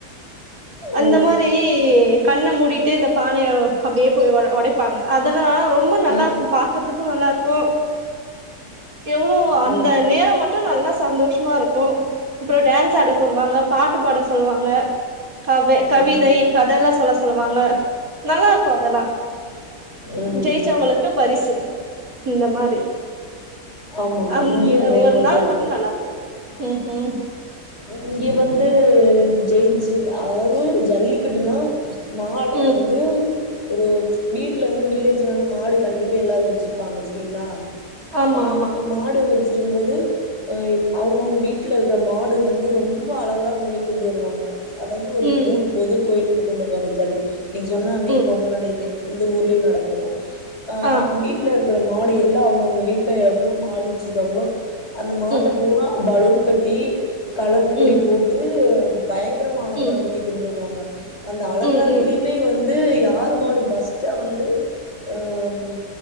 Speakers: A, on the right (about 60°); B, on the left (about 40°).
A: அந்த
B: ம்
A: மாரி கண்ண மூடிட்டு இந்த பானைய அப்டியே போய் ஒட ஒடைப்பாங்க அதெல் லா ரொம்ப நல்லா
B: ம்
A: இருக்கு பாக்கறதுக் கு நல்லா இருக்கு எவ்ளோ அந்த
B: ம்
A: நேர மட்டும் நல்லா சந்தோஷமா இருக்கு அப்றோ டான்ஸ் ஆட சொல்வாங்க பாட்டு பாட சொல்வாங்க கவே கவிதை
B: ம்
A: கத எல்லா சொல்ல சொல்வாங்க நல்லா இருக்கு அதெல்லா
B: ம்
A: ஜெயிச்சவங்களுக்கு பரிசு இந்த மாரி
B: ஆமா ஆமா
A: அந்த
B: இங்கேயு அதே
A: ஒரு
B: மாரிதா
A: நாள்
B: இருக்கு
A: மட்டும் நல்லா இருக்கு உம் ஹம்
B: இங்க வந்து ஜெய்சி அதாவ்து ஜல்லிக்கட்டுனா மாட
A: ம்
B: வந்து ஒரு வீட்டுல வந்து வில்லேஜ்ல எல்லா மாடு கண்டிப்பா எல்லாரு வச்சிருப்பாங்க செரிங்களா
A: ஆமா
B: உம்
A: ஆமா
B: மாட வெச் சி இருக்கும்போது அவுங்கவுங்க வீட்டுல இருக்கிற மாடு வந்து ரொம்ப அலங்காரம் பண்ணி கூட்டு வருவாங்க அதாவ்து ஒரு
A: ம்
B: ஊர் பொது கோயில் கூப்ட்டு வந்துருவாங்க ஜல் நீங்க சொன்னா அன்னைக்கி
A: ம்
B: பொங்கல் அன்னைக்கிதே இந்த ஊர்லயு நடக்கு அஹ்
A: ஆ
B: வீட்டுல இருந் <unintelligible> மாடு எல்லா அவுங்கவுங்க வீட்டுல எவ்ளோ மாடு வச்சிருக்காங்களோ அந்த மாட்ட
A: ம்
B: பூரா பலூன் கட்டி கலர்
A: ம்
B: பொடி போட்டு பயங்கரமா அலங்காரம்
A: ம்
B: பண்ணி கொண்டு வருவாங்க அந்த அலங்காரத்துலியுமே
A: ம் ம்
B: வந் து யாருமாடு ஃபஸ்ட்டா வந்து அம்